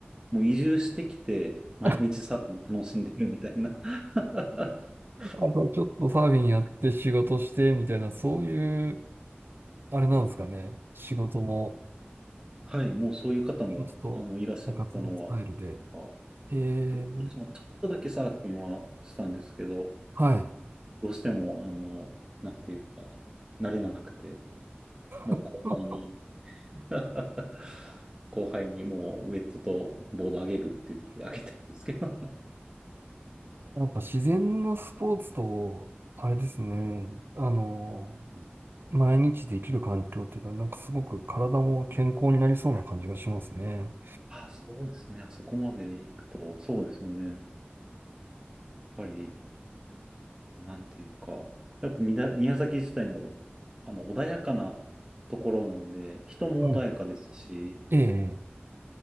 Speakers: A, on the right; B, on the right.
A: もう移住してきて、毎日サーフィン楽しんでるみたいな
B: <laughs>
A: <laughs>
B: あとちょっとサーフィンやって仕事してみたいな、そういう、あれなんですかね。仕事も、
A: はい、もうそういう方も、
B: 仕事と生活のスタイルで。
A: あの、いらっしゃったのは、あ、
B: ええ、
A: で、私もちょっとだけサーフィンはしたんですけど、
B: はい。
A: どうしても、あの、なんていうか、慣れなくて、もう後輩に
B: <laughs>
A: <laughs> 後輩にもうウェットとボードあげるって言ってあげたんですけど
B: なんか自然のスポーツと、あれですね、あの、毎日できる環境っていうのは、なんかすごく体も健康になりそうな感じがしますね。
A: あ、そうですね。あそこまで行くと、そうですよね。やっぱり、なんていうか、やっぱみな宮崎自体も、あの、穏やかなところなんで、人も穏やかですし、
B: うんええ、